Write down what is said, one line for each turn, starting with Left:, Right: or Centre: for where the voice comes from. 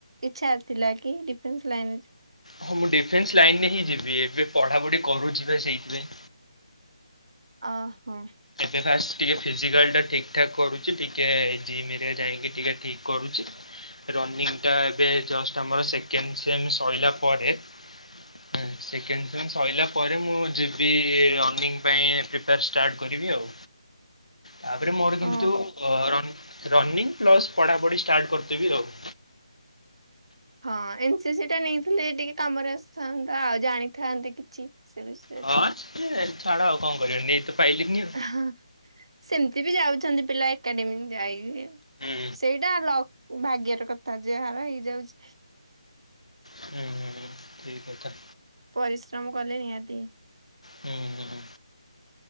Right: ଇଛା ଥିଲା କି ଡିଫେନ୍ସ ଲାଇନରେ ଜି
Left: ହଁ ମୁଁ ଡିଫେନ୍ସ ଲାଇନରେ ହିଁ ଯିବି ଏବେ ପଢ଼ାପଢ଼ି କରୁଛି ବା ସେଇଥିପାଇଁ।
Right: ଅ ହୋ।
Left: ଏବେ ଫାଷ୍ଟ ଟିକେ ଫିଜିକାଲ ଟା ଠିକ୍ ଠାକ୍ କରୁଛି ଟିକେ ଜିମ ରେ ଯାଇକି ଟିକେ ଠିକ୍ କରୁଛି। ରନିଂ ଟା ଏବେ ଜଷ୍ଟ ଆମର ସେକେଣ୍ଡ ସିଏମ୍ ସରିଲା ପରେ। ହୁଁ ସେକେଣ୍ଡ ସେମ୍ ସରିଲା ପରେ ମୁଁ ଯିବି ରନିଂ ପାଇଁ ପ୍ରୀପ୍ୟାର୍ ଷ୍ଟାର୍ଟ କରିବି ଆଉ ତାପରେ ମୋର
Right: ଓ
Left: କିନ୍ତୁ ଅ ରନ୍ ରନିଂ ପ୍ଲସ୍ ପଢ଼ାପଢ଼ି ଷ୍ଟାର୍ଟ କରିଦେବି ଆଉ।
Right: ହଁ ଏନ୍ ସି ସି ଟା ନେଇଥିଲେ ଟିକେ କାମରେ ଆସିଥାନ୍ତା ଆଉ ଜାଣିଥାନ୍ତେ କିଛି। ସେ ବିଷୟରେ
Left: ହଁ ସିଏ ଛାଡ ଆଉ କଣ କରିବା ଆଉ ନେଇତ ପାଇଲିନିଆଉ।
Right: ହଁ ସେମିତି ବି ଯାଉଛନ୍ତି ପିଲା ଏକାଡେମୀ ଯାଇକି
Left: ହୁଁ
Right: ସେଇଟା ଲକ୍ ଭାଗ୍ୟର କଥା ଯହାର ହେଇଯାଉଛି।
Left: ହୁଁ ଠିକ୍ କଥା।
Right: ପରିଶ୍ରମ କଲେ ନିହାତି।
Left: ହୁଁ ହୁଁ।